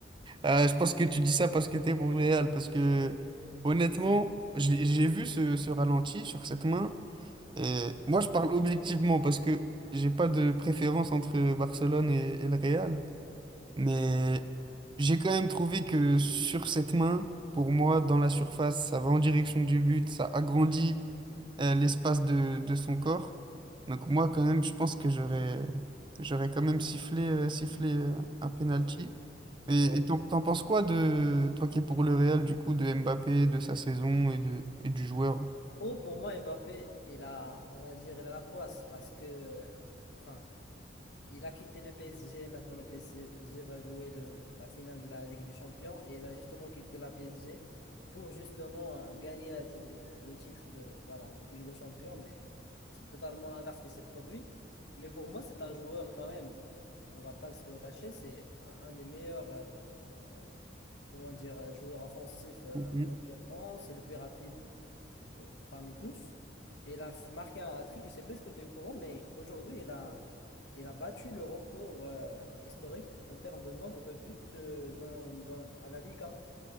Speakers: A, on the right; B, on the left.
A: Euh, je pense que tu dis ça parce que t'es pour le Real. Parce que, honnêtement,
B: c'est ça.
A: je l'ai- j'ai vu ce, ce ralenti sur cette main. Et moi, je parle objectivement parce que j'ai pas de préférence entre Barcelone et, et le Real. Mais j'ai quand même trouvé que sur cette main, pour moi, dans la surface, ça va en direction du but, ça agrandit euh, l'espace de, de son corps. Donc moi, quand même, je pense que j'aurais j'aurais quand même sifflé, euh, sifflé euh, un penalty.
B: Ok. Ouais.
A: Et et t'en t'en penses quoi de toi qui es pour le Real, du coup, de Mbappé, de sa saison et, de, et du joueur?
B: Oh, pour moi, Mbappé, il a, on va dire, il a la poisse parce que, enfin, Il a quitté le PSG, maintenant le PSG va jouer le- la finale de la Ligue des Champions et il a justement quitté la PSG pour justement euh, gagner la ti- le titre de, voilà, de Ligue des Champions, mais c'est totalement l'inverse qui s'est produit. Mais pour moi, c'est un joueur quand même, on va pas se le cacher, c'est un, un des meilleurs euh, euh, comment dire, joueurs offensifs euh,
A: Mhm.
B: mondialement, c'est le plus rapide euh, parmi tous. Et il a f- marqué un hat-trick, je ne sais pas ce que tu es au courant, mais aujourd'hui, il a, il a battu le record euh, historique en termes de nombre de buts euh, dans, dans- à la Liga.